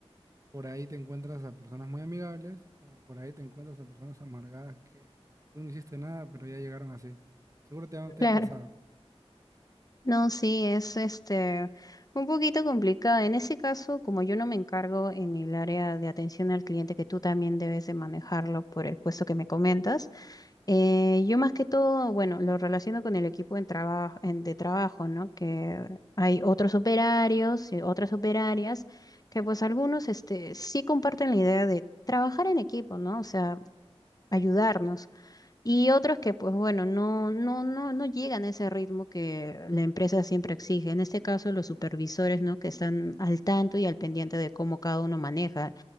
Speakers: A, on the right (about 30°); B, on the left (about 35°).
A: por ahí te encuentras a personas muy amigables, como por ahí te encuentras a personas amargadas que tú no hiciste nada, pero ya llegaron así. Seguro te ha- te
B: Claro.
A: ha pasado.
B: No, sí, es este un poquito complicado. En ese caso, como yo no me encargo en el área de atención al cliente, que tú también debes de manejarlo por el puesto que me comentas, eh, yo más que todo, bueno, lo relaciono con el equipo en traba- en- de trabajo, ¿no? Que hay otros operarios y otras operarias que pues algunos este, sí comparten la idea de trabajar en equipo, ¿no? O sea, ayudarnos. Y otros que, pues bueno, no, no, no, no llegan a ese ritmo que la empresa siempre exige. En este caso, los supervisores, ¿no? Que están al tanto y al pendiente de cómo cada uno maneja